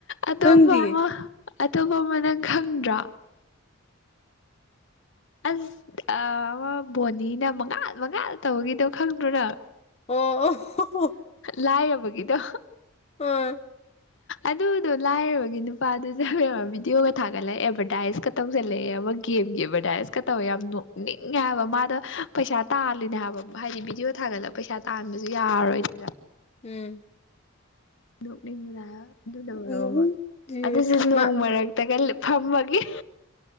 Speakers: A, on the left (about 60°); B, on the left (about 30°).
A: ꯑꯇꯣꯞꯄ
B: ꯈꯪꯗꯤꯌꯦ
A: ꯑꯃ ꯑꯇꯣꯞꯄ ꯑꯃ ꯅꯪ ꯈꯪꯗ꯭ꯔꯣ ꯑꯁ ꯕꯣꯅꯤꯅ ꯃꯉꯥꯜ ꯃꯉꯥꯜ ꯇꯧꯕꯒꯤꯗꯣ ꯈꯪꯗ꯭ꯔꯣ ꯅꯪ
B: <unintelligible>
A: ꯂꯑꯕꯒꯤꯗ
B: ꯑꯥ
A: ꯑꯗꯨꯗꯣ ꯂꯥꯏꯔꯕꯒꯤ ꯅꯨꯄꯥꯗꯨ ꯆꯪꯕ ꯚꯗꯤꯑꯣꯒ ꯊꯥꯒꯠꯂꯒ ꯑꯦꯗꯚꯔꯇꯥꯏꯁ ꯇꯧꯁꯤꯜꯂꯛꯑꯦ ꯑꯃ ꯒꯦꯝꯒꯤ ꯑꯦꯗꯚꯔꯗꯥꯏꯁꯀ ꯇꯧꯋꯦ ꯌꯥꯝ ꯅꯣꯛꯅꯤꯡꯉꯦ ꯍꯥꯏꯕ ꯃꯥꯗ ꯄꯩꯁꯥ ꯇꯥꯜꯂꯤꯅꯦ ꯍꯥꯏꯕ ꯑꯃ ꯍꯥꯏꯗꯤ ꯕꯤꯗꯤꯑꯣ ꯊꯥꯒꯠꯂꯒ ꯄꯩꯁꯥ ꯇꯥꯟꯕꯁꯨ ꯌꯥꯔꯣꯏꯗꯅ
B: ꯎꯝ
A: ꯅꯣꯛꯅꯤꯡꯕꯗ ꯑꯗꯨꯗꯧꯔꯣꯕ
B: ꯎꯝ ꯁꯤꯔꯦ
A: ꯑꯗꯨꯁꯨ ꯅꯣꯡ
B: ꯃꯥ
A: ꯃꯔꯛꯇꯒ ꯐꯝꯃꯒꯤ